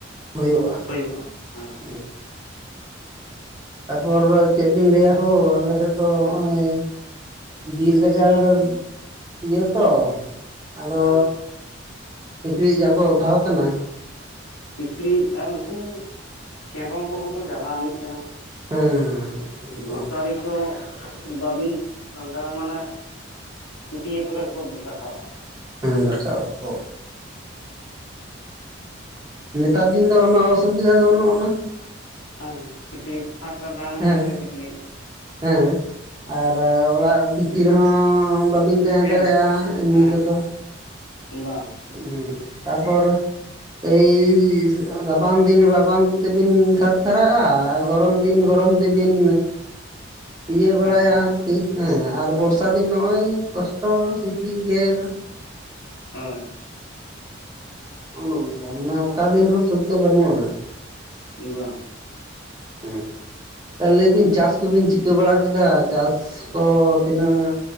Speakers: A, on the right; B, on the left.
A: ᱦᱩᱭᱩᱜ-ᱟ᱾
B: ᱦᱩᱭᱩᱜ-ᱟ ᱦᱮᱸ᱾
A: <inaudible> ᱛᱟᱯᱚᱨ ᱪᱮᱫ ᱵᱤᱱ ᱞᱟᱹᱭᱟ ᱦᱳ ᱟᱞᱮ ᱥᱮᱜ ᱫᱚ ᱦᱚᱸᱜ-ᱚᱭ ᱵᱤᱨ ᱜᱟᱡᱟᱲ ᱤᱭᱟᱹ ᱛᱚ, ᱟᱫᱚ
B: ᱦᱮᱸ
A: ᱥᱤᱠᱲᱤᱡ ᱡᱟ ᱠᱚ ᱚᱫᱷᱟᱣ ᱠᱟᱱᱟ᱾
B: ᱥᱤᱠᱲᱤᱡ ᱟᱨ ᱩᱱᱠᱩ ᱠᱮᱱᱰᱨᱚᱝ ᱠᱚᱦᱚᱸ ᱠᱚ ᱡᱟᱞᱟᱣ ᱟᱱᱤᱡ ᱠᱟᱱᱟ᱾
A: ᱦᱮᱸ ᱦᱮᱸ
B: ᱢᱚᱥᱟᱨᱤ ᱠᱚ ᱵᱟᱵᱤᱱ ᱴᱟᱸᱜᱟᱣ ᱢᱟᱱᱮ ᱯᱟᱹᱴᱭᱟᱹ ᱠᱚᱨᱮᱜ ᱠᱚ ᱨᱟᱠᱟᱵ-ᱟ᱾
A: ᱦᱮᱸ ᱨᱟᱠᱟᱵ ᱟᱠᱚ᱾ ᱱᱮᱛᱟᱨ ᱫᱤᱱ ᱫᱚ ᱚᱱᱟ ᱚᱥᱩᱵᱤᱫᱷᱟ ᱫᱚ ᱚᱱᱮ ᱚᱱᱟ᱾
B: ᱦᱮᱸ ᱥᱤᱠᱬᱤᱡ ᱯᱷᱟᱠ ᱨᱮ ᱛᱟᱦᱮᱸ ᱞᱮᱱᱠᱷᱟᱱ
A: ᱦᱮᱸ
B: ᱜᱮ ᱥᱤᱠᱬᱤᱡ᱾
A: ᱦᱮᱸ ᱟᱨ ᱚᱲᱟᱜ ᱵᱷᱤᱛᱤᱨ ᱨᱮᱦᱚᱸ ᱵᱟᱵᱤᱱ ᱛᱟᱦᱮᱸ
B: ᱠᱮᱢ
A: ᱫᱟᱲᱮᱭᱟᱜᱼᱟ ᱮᱢᱱᱤ
B: ᱮᱸᱦᱮᱸᱜ
A: ᱛᱮᱫᱚ᱾
B: ᱵᱟᱝ᱾
A: ᱦᱩᱸ ᱛᱟᱯᱚᱨ ᱮᱭ ᱨᱟᱵᱟᱝ ᱫᱤᱱ ᱨᱟᱵᱟᱝ ᱛᱮᱵᱤᱱ ᱛᱷᱟᱨ ᱛᱷᱟᱨᱟᱜ-ᱟ ᱟᱨ ᱜᱚᱨᱚᱢ ᱫᱤᱱ
B: ᱦᱮᱸ
A: ᱜᱚᱨᱚᱢ ᱛᱮᱵᱤᱱ ᱤᱭᱟᱹ ᱵᱟᱲᱟᱭᱟ
B: ᱦᱮᱸ
A: ᱟᱨᱠᱤ ᱦᱮᱸ ᱟᱨ ᱵᱚᱨ ᱥᱟ ᱫᱤᱱ ᱱᱚᱜ-ᱚᱭ ᱠᱚᱥᱴᱚ ᱥᱤᱠᱲᱤᱡ ᱜᱮᱨ᱾
B: ᱦᱳᱭ᱾
A: ᱚᱱᱮ ᱚᱱᱠᱟ ᱢᱟᱱᱮ ᱚᱠᱟ ᱫᱤᱱ ᱦᱚᱸ ᱥᱩᱠ ᱫᱚ ᱵᱟᱹᱱᱩᱜ-ᱟ᱾
B: ᱵᱟᱝ᱾
A: <inaudible> ᱮᱸ ᱞᱟᱹᱭ ᱵᱤᱱ ᱪᱟᱥ ᱠᱚᱵᱤᱱ ᱪᱤᱠᱟᱹ ᱵᱟᱲᱟ ᱠᱮᱫᱟ ᱪᱟᱥ ᱠᱚ ᱛᱤᱱᱟᱹᱜ?